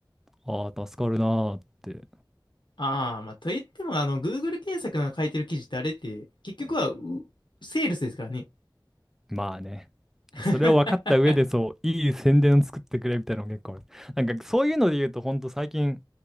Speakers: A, in the centre; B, on the left.
A: ああ、助かるなーって。
B: ああ、まあ、と言っても、あの、Google 検索の書いてる記事ってあれって、結局は、うセールスですからね。
A: まあね。
B: <laughs>
A: それを分かった上でそう、いい宣伝を作ってくれみたいなのも結構ある。なんかそういうので言うと、ほんと最近、